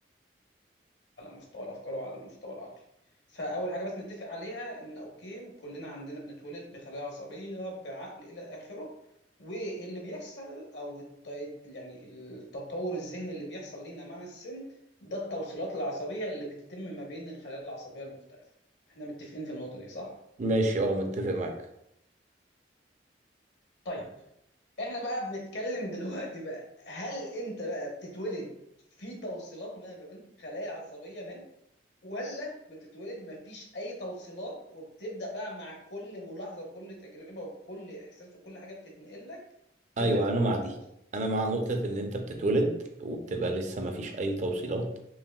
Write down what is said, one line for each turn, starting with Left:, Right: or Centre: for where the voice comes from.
Left: على مستوى الافكار وعلى المستوى العقلي فاول حاجه بس نتفق عليها ان اوكي كلنا عندنا بنتولد بخلايا عصبيه بعقل الى اخره واللي بيحصل او الت- يعني التطور الذهني اللي بيحصل لينا مع السن ده التوصيلات العصبيه اللي بتتم ما بين الخلايا العصبيه المختلفه احنا متفقين في النقطه دي صح
Right: ماشي اه متفق معاك
Left: طيب احنا بقى بنتكلم دلوقتي بقى هل انت بقى بتتولد في توصيلات ما ما بين خلايا عصبيه ما ولا بتتولد مفيش اي توصيلات وبتبدا بقى مع كل ملاحظه وكل تجربه وكل احساس وكل حاجه بتتنقل لك تبدا
Right: ايوه
Left: تكون
Right: انا مع دي
Left: التوصيل
Right: انا مع نقطة ان انت بتتولد وبتبقى لسه ما فيش اي توصيلات